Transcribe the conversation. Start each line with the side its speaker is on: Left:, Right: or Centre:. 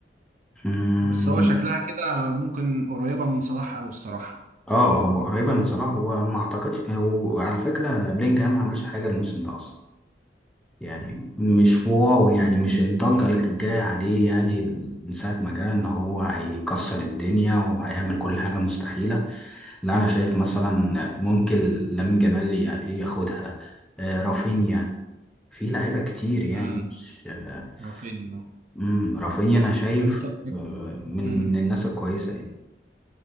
Centre: امم
Right: بس هو شكلها كده ممكن قريبة من صلاح او الصراحة
Centre: اه هو قريبه من صلاح هو ما اعتقدش هو على فكره بلينجهام ما عملش حاجه الموسم ده اصلا يعني مش واو يعني مش الضجة
Right: امم
Centre: اللي كانت جاية عليه يعني من ساعة ما جه إن هو هيكسر الدنيا وهيعمل كل حاجة مستحيلة لا أنا شايف مثلا ممكن لامين جمال ي- ياخدها آه، رافينيا في لعيبة كتير يعني
Right: امم
Centre: مش آه،
Right: رافينيا
Centre: مم، رافينيا أنا شايف
Right: انا ط-
Centre: آه، من
Right: مم.
Centre: من الناس الكويسة يعني